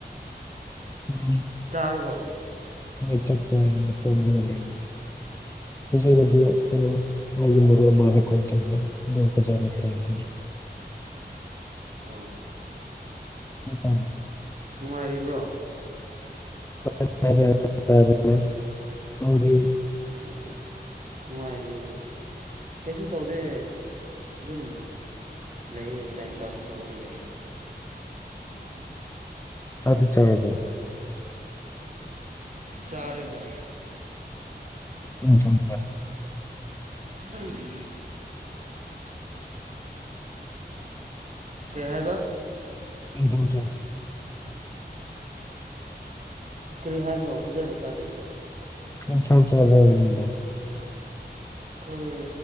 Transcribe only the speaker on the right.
ꯇꯥꯔꯕꯣ
ꯑꯣ
ꯑꯣ
ꯅꯨꯡꯉꯥꯏꯔꯤꯕ꯭ꯔꯣ
ꯑꯣ ꯅꯨꯡꯉꯥꯏꯔꯤꯌꯦ ꯀꯩꯁꯨ ꯇꯧꯗꯦ ꯑꯗꯨꯝ ꯂꯩꯌꯦ ꯇꯥꯏꯝ ꯄꯥꯁ ꯇꯧꯔꯒ ꯂꯩꯌꯦ
ꯆꯥꯔꯦ ꯍꯣꯏ
ꯎꯝ ꯀꯩ ꯍꯥꯏꯕ
ꯀꯔꯤ ꯍꯥꯏꯕꯅꯣ ꯐꯖꯅ ꯇꯥꯗꯤꯌꯦ
ꯈꯣꯏ